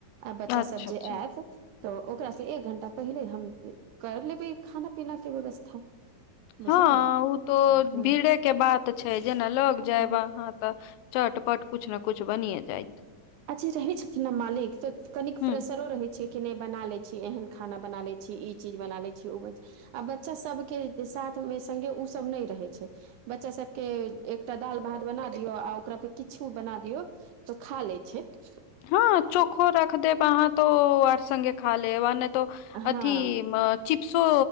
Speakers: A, on the right; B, on the left.
A: आब बच्चा
B: अच्छा,
A: सब
B: अच्छा।
A: जे आयत। तऽ ओकरासँ एक घण्टा पहिले हम कर लेबै खाना पीनाके व्यवस्था। बुझलहु
B: हँ ओ तो
A: ह
B: भीड़े के बात छै जेना लग जायब
A: ह
B: अहाँ तऽ चटपट कछ ने कुछ बनिए जायइत।
A: आजी रहै छथिन ने मालिक त कनिक
B: हुँ,
A: प्रेशरो रहै नहि बना लै छी एहन खाना बना लै छी ई चीज बना लै छी ओ आ बच्चा सबके साथ मे सगे ओ सब नहि रहै छै। बच्चा सबके एकटा दाल भात बना दियौ आ ओकरा पे किछु बना दियौ तो खा लेत। छि <unintelligible>
B: ह चोखो रख देब आहाँ। त आरसगे खा ले आ नहि त
A: हँ
B: अथी। चिप्सो